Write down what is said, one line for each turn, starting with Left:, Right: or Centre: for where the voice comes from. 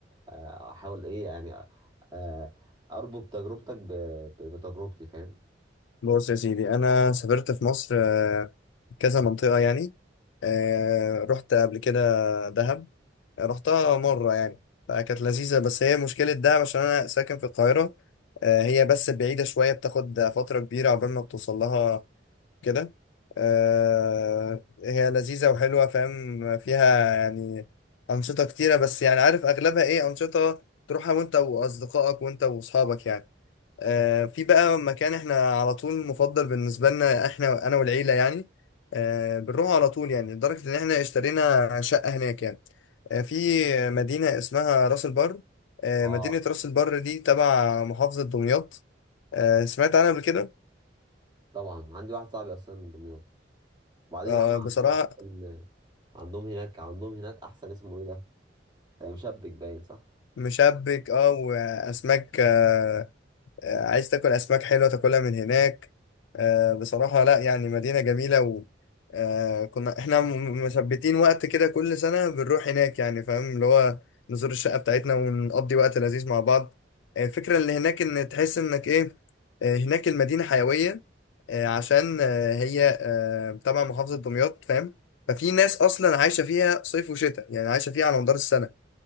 Right: آه، احاول ايه يعني آه، اربط تجربتك ب- ب- بتجربتي فاهم
Left: بص يا سيدي انا سافرت في مصر آه، كذا منطقه يعني آه، رحت قبل كده دهب آه، رحتها مره يعني فكانت لذيذه بس هي مشكله دهب عشان انا ساكن في القاهره آه، هي بس بعيده شويه بتاخد فتره كبيره عقبال ما بتوصل لها كده آه، هي لذيذه وحلوه فاهم فيها يعني انشطه كتيره بس يعني عارف اغلبها ايه انشطه تروحها وانت واصدقائك وانت واصحابك يعني آه، في بقى مكان احنا على طول مفضل بالنسبة لنا احنا انا والعيلة يعني آه، بنروح على طول يعني لدرجة ان احنا اشترينا شقة هناك يعني آه، في مدينة اسمها راس البر آه،
Right: اه
Left: مدينة راس البر دي تبع محافظة دمياط آه، سمعت عنها قبل كده
Right: طبعا عندي واحد صاحبي اصلا من دمياط وبعدين
Left: آه،
Right: يا عم
Left: بصراحة
Right: عندهم احسن عندهم هناك عندهم هناك احسن اسمه ايه ده آه، مشبك باين صح
Left: مشبك اه واسماك آه، آه، عايز تاكل اسماك حلوه تاكلها من هناك آه، بصراحه لا يعني مدينه جميله و آه، كنا احنا م- مثبتين وقت كده كل سنه بنروح هناك يعني فاهم اللي هو نزور الشقه بتاعتنا ونقضي وقت لذيذ مع بعض آه، الفكره اللي هناك ان تحس انك ايه آه، هناك المدينه حيويه آه، عشان آه، هي آه، تبع محافظه دمياط فاهم ففي ناس اصلا عايشه فيها صيف وشتاء يعني عايشه فيها على مدار السنه